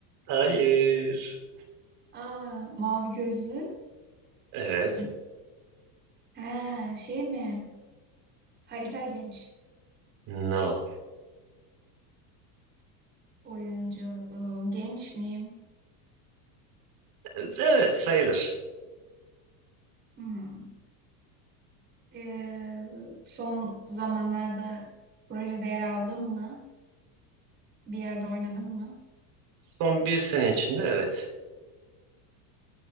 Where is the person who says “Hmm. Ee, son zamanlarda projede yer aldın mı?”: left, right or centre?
Right